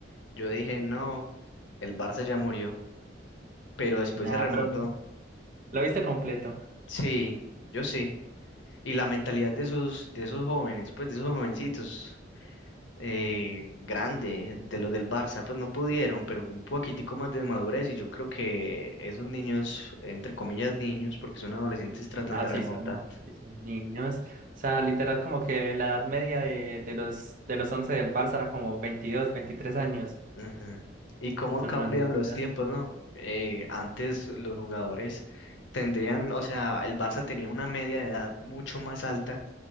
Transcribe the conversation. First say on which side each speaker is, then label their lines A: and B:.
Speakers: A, on the left; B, on the right.
A: yo dije, no, el Barça ya murió. Pero después
B: nada,
A: se remontó.
B: pero lo viste completo.
A: Sí, yo sí. Y la mentalidad de esos, de esos jóvenes, pues de esos jovencitos, eh, grande, de los del Barça, pues no pudieron, pero un poquitico más de madurez. Y yo creo que esos niños, entre comillas niños, porque son adolescentes, tratan
B: No,
A: de
B: sí
A: remontar.
B: son, sí son niños, o sea, literal como que la edad media de, de los, de los once del Barça era como 22 23 años,
A: Ujú. Y cómo han
B: son
A: cambiado
B: unos
A: los
B: niños.
A: tiempos, ¿no? Eh, antes los jugadores tendrían, o sea, el Barça tenía una media de edad mucho más alta